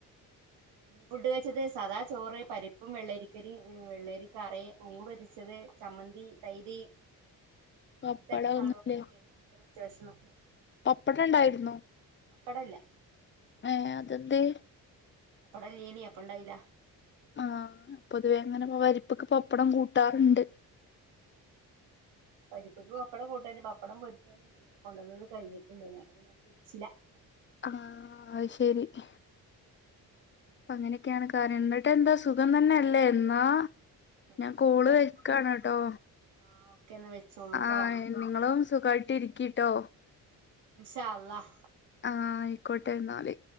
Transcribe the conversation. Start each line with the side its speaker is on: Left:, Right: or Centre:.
Right: ഫുഡ് കഴിച്ചത് സാദാ ചോറ് പരിപ്പും വെള്ളരിക്കരി വെള്ളരിക്കറ മീൻ പൊരിച്ചത് ചമ്മന്തി തൈര്.
Left: പപ്പട
Right: ഇങ്ങനതൊക്കെ സംഭവങ്ങളൊക്കെ
Left: ഒന്നുല്ലേ
Right: <unintelligible> സ്റ്റേഷന
Left: പപ്പടം ഇണ്ടായിരുന്നു.
Right: പപ്പടല്ല.
Left: ഏ അതെന്തേ?
Right: പപ്പടം ഇല്ലേനി അപ്പ ഉണ്ടായില്ല.
Left: ആഹ് പൊതുവേ അങ്ങനെ <unintelligible> പപ്പടം കൂട്ടാറുണ്ട്.
Right: <unintelligible>
Left: ആഹ് അത്ശരി അപ്പ അങ്ങനെയൊക്കെയാണ് കാര്യങ്ങള് എന്നിട്ട് എന്താ സുഖം തന്നെയല്ലേ എന്നാ
Right: ഭയങ്കര
Left: ഞാൻ കോൾ വെക്കാണ്
Right: സുഖം
Left: ട്ടോ.
Right: ആഹ് ഓക്കെ എന്നാ വെച്ചോളൂട്ടോ
Left: ആഹ് നിങ്ങളും സുഖമായി ഇട്ടിരിക്കട്ടോ.
Right: ഇൻശാ അല്ലാഹ്.
Left: ആഹ് ആയിക്കോട്ടെ എന്നാല്.